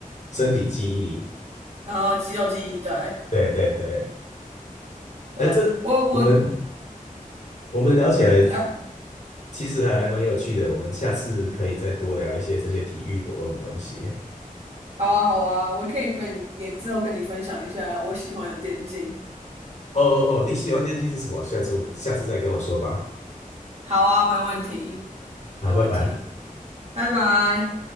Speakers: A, on the left (about 55°); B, on the right (about 45°).
A: 身体记忆。
B: 然后肌肉记忆，对
A: 对对对，
B: 对，
A: 哎，这
B: 我我。
A: 我们我们聊起来
B: 呃
A: 其实还蛮有趣的，我们下次可以再多聊一些这些体育活动的东西。
B: 好啊，好啊，我可以和你也之后跟你分享一下我喜欢的电竞。
A: 哦哦哦，你喜欢电竞是什么？下次下次再跟我说吧。
B: 好啊，没问题，
A: 好，
B: 没问题，
A: 拜拜。
B: 拜拜。